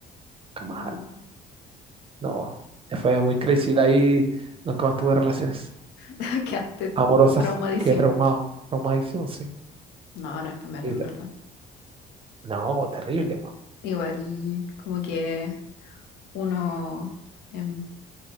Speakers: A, on the right; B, on the left.
A: Nunca más.
B: Wow.
A: No, fue muy crazy. De ahí nunca más tuve relaciones
B: <laughs> Quedaste
A: amorosas.
B: traumadísimo.
A: Quedé traumado, traumadísimo, sí.
B: No, no es para menos,
A: Y
B: en
A: te-
B: verdad.
A: No, terrible, po.
B: Igual, como que uno, em,